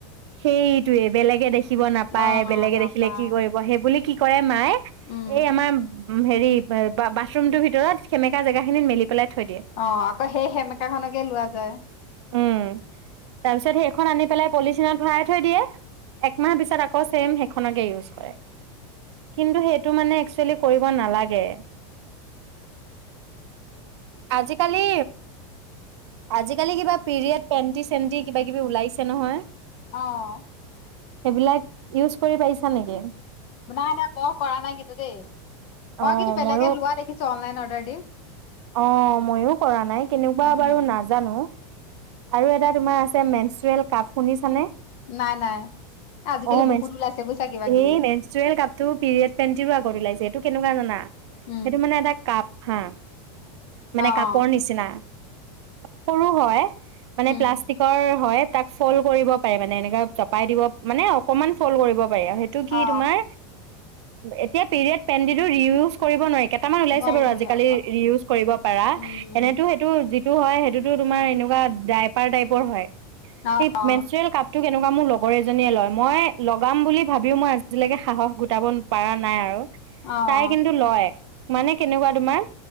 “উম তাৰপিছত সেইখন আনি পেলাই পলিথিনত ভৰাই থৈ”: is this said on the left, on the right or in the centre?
Right